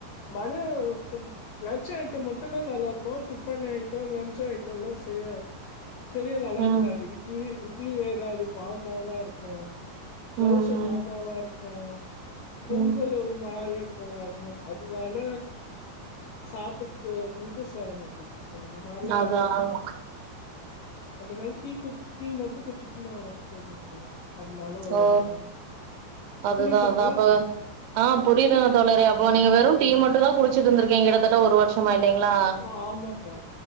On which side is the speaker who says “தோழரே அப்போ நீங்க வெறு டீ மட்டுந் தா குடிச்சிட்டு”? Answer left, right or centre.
Right